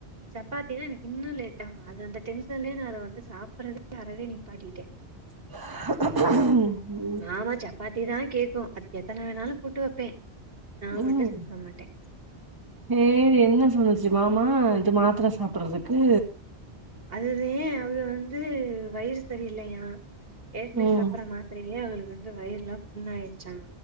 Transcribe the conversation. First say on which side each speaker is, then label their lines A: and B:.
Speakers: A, on the right; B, on the right.
A: சப்பாத்தினா எனக்கு இன்னு லேட்டாகு அது அந்த டென்சன்லேயே நா அத வந்து சாப்புறதே அரவே நிப்பாட்டிட்ட
B: <inaudible>
A: மாமா சப்பாத்தி தா கேக்கு அதுக்கு எத்தன வேணாலு போட்டு வப்பே நா
B: ம்
A: மட்டு சாப்ட மாட்டே
B: ஏ என்ன சொன்னுச்சு மாமா இது மாத்தர சாப்புறதுக்கு
A: அதுதே அவுக வந் து வயிறு செரியில்லையா ஏற்கனவே
B: ம்
A: சாப்புற மாத்தரயே அவளுக வயிறுலா புண்ணாயிடுச்சா